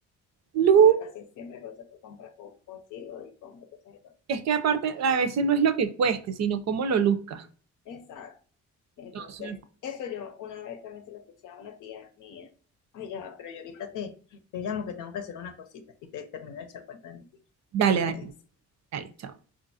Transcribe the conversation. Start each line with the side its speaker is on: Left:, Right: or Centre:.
Right: Lu,
Left: pero casi siempre cosas que compras consigo y compro cosas económicas.
Right: es que aparte a veces no es lo que cueste, sino cómo lo luzca.
Left: Exacto. Entonces,
Right: Entonces,
Left: eso yo una vez también se lo escuché a una tía mía. Ay, ya, va, pero yo ahorita te, te llamo que tengo que hacer una cosita y te termino de echar cuenta de mi tía,
Right: dale,
Left: lo que
Right: dale,
Left: me dice.
Right: dale, chao.